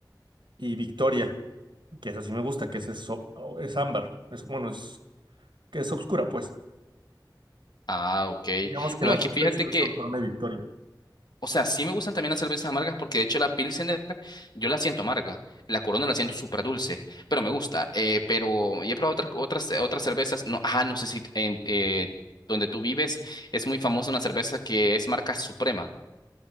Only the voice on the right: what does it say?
y Victoria, que esa sí me gusta, que esa es, o- o- es ámbar. Es, bueno, es, que es oscura, pues.
Digamos que
las
dos
tradicionales
son Corona y Victoria.